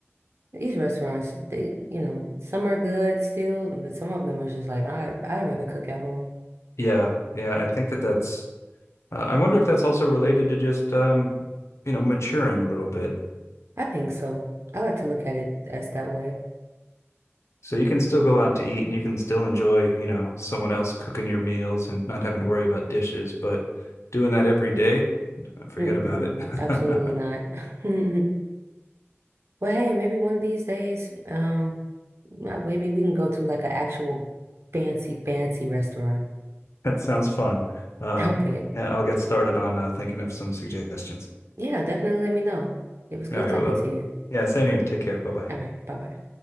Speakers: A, on the right; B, on the left.
A: These restaurants, they, you know, some are good still, but some of them are just like, I, I'd rather cook at home.
B: Yeah, yeah. I think that that's. Uh, I wonder if that's also related to just um, you know, maturing a little bit.
A: I think so. I like to look at it as that way.
B: So you can still go out to eat and you can still enjoy, you know, someone else cooking your meals and not having to worry about dishes. But doing that every day, forget
A: Mm-mm,
B: about it.
A: absolutely
B: <laughs>
A: not. <laughs> Well, hey, maybe one of these days, um, uh, maybe we can go to like an actual fancy, fancy restaurant.
B: That sounds fun. Uh,
A: <laughs> Okay.
B: yeah, I'll get started on uh, thinking of some suggestions.
A: Yeah, definitely let me know. It was good
B: All right.
A: talking
B: Well,
A: to you.
B: yeah, same here. Take care. Bye bye.
A: All right, bye-bye.